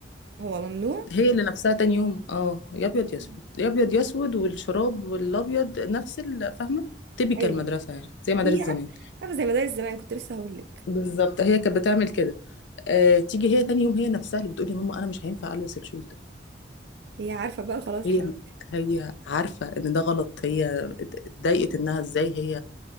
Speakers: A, on the right; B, on the left.
A: هو ممنوع
B: هي اللي نفسها تاني يوم اه يا ابيض يا
A: مم.
B: اسود يا ابيض يا اسود والشراب والابيض نفس ال- فاهمه تبيكال
A: ايوه
B: المدرسه يعني زي مدارس
A: دي
B: زمان
A: ع- عارفة زي مدارس زمان كنت لسه هقول لك
B: بالظبط هي كانت بتعمل كده آه تيجي هي تاني يوم هي نفسها اللي بتقولي يا ماما انا مش هينفع البس الشوز ده
A: هي عارفة بقى خلاص
B: هي
A: حرام
B: هي عارفه ان ده غلط هي اتضايقت انها ازاي هي